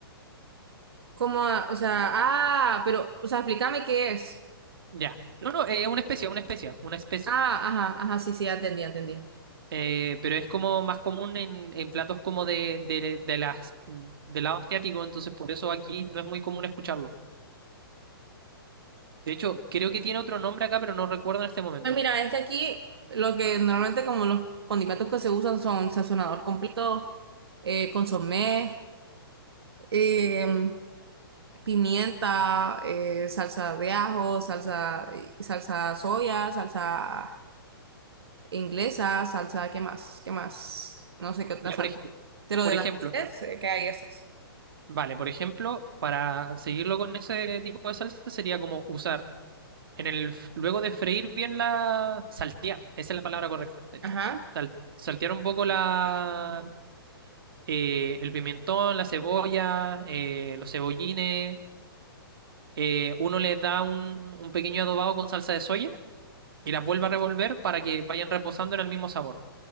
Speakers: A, on the right; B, on the right.
A: ¿Cómo? O sea, ah, pero, o sea, explícame qué es.
B: Ya. No, no, es una especie, una especie, una especie.
A: Ah, ajá, ajá, sí, sí, ya entendí, ya entendí.
B: Eh, pero es como más común en, en platos como de, de, de las, del lado asiático, entonces por eso aquí no es muy común escucharlo. De hecho, creo que tiene otro nombre acá, pero no recuerdo en este momento.
A: Pues mira, es que aquí lo que normalmente como los condimentos que se usan son sazonador completo, eh, consomé, em, pimienta, eh, salsa de ajo, salsa, salsa soya, salsa inglesa, salsa, ¿qué más? ¿Qué más? No sé qué otra
B: Ya,
A: salsa.
B: por ej-
A: Pero
B: por
A: de
B: ejemplo.
A: las tres eh, que hay esas.
B: Vale, por ejemplo, para seguirlo con ese tipo de salsa sería como usar en el f- luego de freír bien la saltear, esa es la palabra correcta, de hecho.
A: Ajá,
B: Sal- saltear un poco la eh, el pimentón, la cebolla, eh, los cebollines. eh, uno les da un, un pequeño adobado con salsa de soya y las vuelve a revolver para que vayan reposando en el mismo sabor.